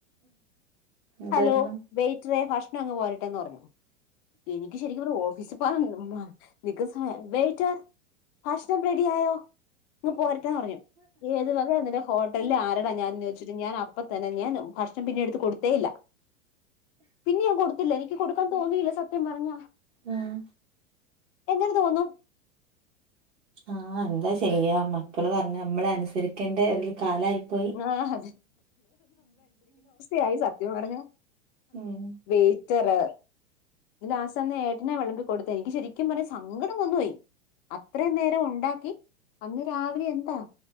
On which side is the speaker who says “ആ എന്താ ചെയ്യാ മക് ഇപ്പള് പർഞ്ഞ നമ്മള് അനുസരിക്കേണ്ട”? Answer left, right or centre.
Right